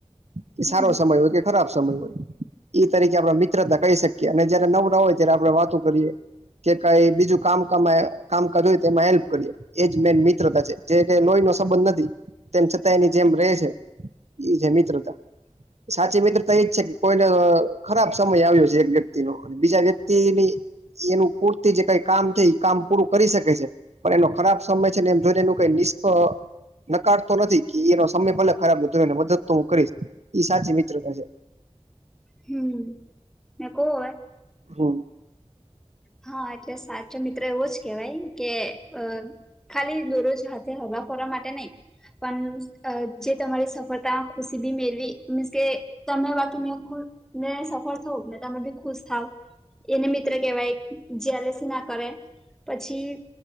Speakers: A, on the right (about 75°); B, in the centre.
A: કે
B: હમ
A: સારો સમય હોય કે ખરાબ સમય હોય. એ તરીકે આપડ મિત્રતા કહી શકીએ અને જયારે નવું નવું હોય ત્યારે એકબીજા સાથે વાતો કરીએ કે કઈ બીજું કામ કામકાજ હોય તો એમાં હેલ્પ કરીએ એજ મેન મિત્રતા છે જે કે લોહી નો સંબંધ નથી તેમ છતાં એની જેમ ર છે. એ છે મિત્રતા સાચી મિત્ર તો એજ છે કે કોઈ અ ખરાબ સમય આવ્યો છે એક વ્યક્તિ નો અને બીજા વ્યક્તિની એનું પૂરતી જે કઈ કામ છે એ કામ પૂરું કરી શકે છે પણ એનો ખરાબ સમય છે ને જો એનું કઈ નિષ્ક નકારતો નથી કી ઈ એનો સમય પહેલે ખરાબ હોય એને મદદ તો હું કરીશ એ સાચી મિત્રતા છે.
B: હમ્મ મે કોવો હોય.
A: હમ્મ
B: હા એટલે સાચો મિત્રો એવો જ કેહેવાય કે અ ખાલી દોરોજ હાથે હવા ફરવા માટે નઈ. પણ અ જે તમારી સફળતા મા ખુશી બી મેળવી મીન્સ કે. તમે વાતો નુ ખુલ ને સફળ થવું ને તમે બી ખુશ થાવ એને મિત્ર કેવાય જ્યારેસી ના. કરે પછી